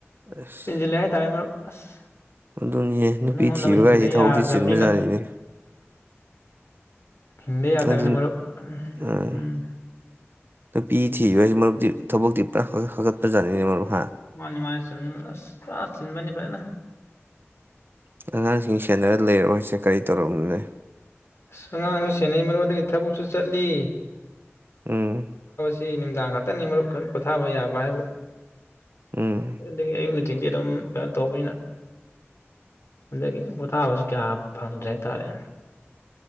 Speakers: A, on the right; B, on the left.
A: ꯑꯁ
B: ꯆꯦꯟꯖꯤꯜꯂꯦ ꯍꯥꯏꯇꯥꯔꯦ ꯃꯔꯨꯞ ꯑꯁ
A: ꯑꯗꯨꯅꯤꯅꯦ
B: ꯉꯝꯅ
A: ꯅꯨꯄꯤ
B: ꯉꯝꯅꯕ
A: ꯊꯤꯕꯒꯥꯏꯁꯦ
B: ꯍꯤꯡꯗ
A: ꯊꯕꯛꯇꯤ
B: ꯌꯥꯗꯕꯅꯤꯅ
A: ꯆꯤꯟꯕꯖꯥꯠꯅꯤꯅꯦ
B: ꯍꯤꯡꯗ ꯌꯥꯗꯕꯅꯤꯅ
A: ꯑꯗꯨ
B: ꯃꯔꯨꯞ
A: ꯑ
B: ꯎꯝ
A: ꯅꯨꯄꯤ ꯊꯤꯕ ꯍꯥꯏꯖꯤ ꯃꯔꯨꯞ ꯗꯤ ꯊꯕꯛꯇꯤ ꯐꯖ ꯍꯥꯞ ꯍꯥꯞꯀꯠꯄꯖꯥꯠꯅꯤꯅ ꯃꯔꯨꯞ ꯍꯥ
B: ꯃꯥꯅꯤ ꯃꯥꯅꯤ ꯆꯨꯝꯃꯤ ꯃꯔꯨꯞ ꯑꯁ ꯐꯖ ꯆꯤꯟꯕꯅꯦ ꯐꯖꯅ
A: <unintelligible> ꯑꯉꯥꯡ ꯁꯦꯟꯅꯔ ꯂꯩꯔꯣꯁꯦ ꯀꯔꯤ ꯇꯧꯔꯝꯂꯦ
B: ꯑꯁ ꯑꯉꯥꯡꯁꯨ ꯁꯦꯟꯅꯩ ꯃꯔꯨꯞ ꯑꯗꯩꯒꯤ ꯊꯕꯛꯁꯨ ꯆꯠꯂꯤ
A: ꯎꯝ
B: ꯁꯤ ꯅꯨꯡꯗꯥꯡ ꯈꯛꯇꯅꯤ ꯃꯔꯨꯞ ꯐꯖꯅ ꯄꯣꯊꯥꯕ ꯌꯥꯕ ꯍꯥꯏꯕꯨ
A: ꯎꯝ
B: <unintelligible> ꯁꯤꯡꯗꯤ ꯑꯗꯨꯝ ꯀꯩꯅꯣ ꯇꯧꯕꯅꯤꯅ ꯑꯗꯒꯤ ꯄꯣꯊꯥꯕꯁꯤ ꯀꯌꯥ ꯐꯪꯗ꯭ꯔꯦ ꯍꯥꯏꯇꯥꯔꯦ꯫ <unintelligible>